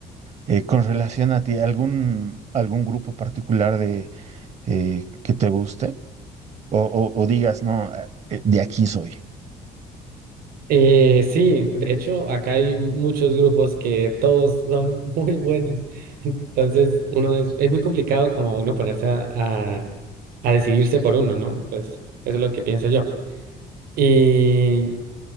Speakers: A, on the right; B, on the right.
A: Eh, con relación a ti, ¿algún, algún grupo particular de, eh, que te guste? O, o, o digas, no, eh, de aquí soy.
B: Eh, sí, de hecho, acá hay muchos grupos que todos son <laughs> muy buenos. Entonces, uno es, es muy complicado como uno ponerse a, a, a decidirse por uno, ¿no? Pues eso es lo que pienso yo. Y,